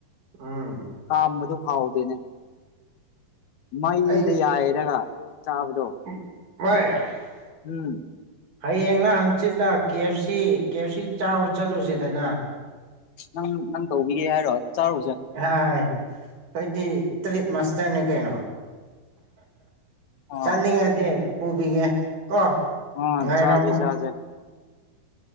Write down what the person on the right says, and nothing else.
ꯎꯝ
ꯑꯩ
<unintelligible>
ꯍꯌꯦꯡꯂꯥ ꯍꯪꯆꯤꯠꯂꯥ ꯀꯦ ꯑꯦꯐ ꯁꯤ ꯀꯦ ꯑꯦꯐ ꯁꯤ ꯆꯥꯕ ꯆꯠꯂꯨꯁꯤꯗꯅ
ꯍꯥꯏ ꯍꯣꯏꯗꯤ ꯇ꯭ꯔꯤꯠ ꯃꯥꯁꯇꯔꯅꯦ ꯀꯩꯅꯣ
ꯆꯥꯅꯤꯡꯉꯗꯤ ꯄꯨꯕꯤꯒꯦ ꯀꯣ
ꯉꯥꯏꯔꯝꯃꯨ